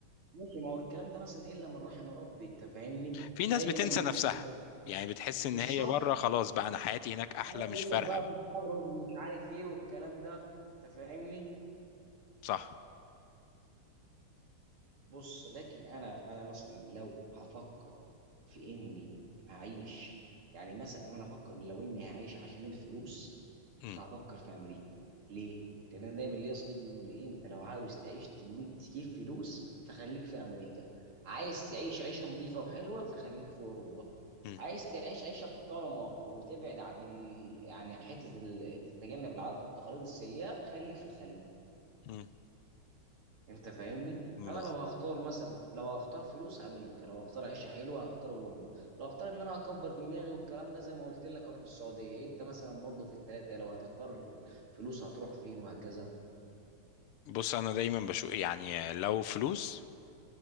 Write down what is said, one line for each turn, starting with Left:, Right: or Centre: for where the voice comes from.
Right: ماشي ما هو الكلام ده مثلا الا من رحم ربي انت فاهمني
Left: في
Right: دايما
Left: ناس بتنسى
Right: مش
Left: نفسها
Right: بيبقى-
Left: يعني بتحس ان
Right: بالظبط
Left: هي بره خلاص بقى انا حياتي هناك احلى
Right: انا
Left: مش
Right: بقول
Left: فارقه
Right: لك بقى
Left: بقى
Right: تحرر مش عارف ايه والكلام ده انت فاهمني
Left: صح
Right: بص لكن انا انا مثلا لو هفكر في اني هعيش يعني مثلا انا هفكر إن لو اني هعيش عشان الفلوس
Left: مم.
Right: فهفكر في امريكا ليه؟ لان انا دايما ليا صديق يقول لي انت لو عاوز تعيش تجيب تجيب فلوس فخليك في امريكا عايز تعيش عيشه نظيفه وحلوه فخليك في اوروبا
Left: مم.
Right: عايز تعيش عيشه محترمه وتبعد عن ال... يعني حته ال... تتجنب العادات والتقاليد السيئه خليك في الخليج
Left: مم.
Right: انت فاهمني فانا
Left: بز-
Right: لو هختار مثلا لو هختار فلوس امريكا لو هختار عيشه حلوه هختار اوروبا لو هختار ان انا اكبر دماغي والكلام ده زي ما قلت لك اروح السعوديه انت مثلا برضو في الثلاثه لو هتختار فلوس هتروح فين وهكذا
Left: بص انا دايما بشوف يعني لو فلوس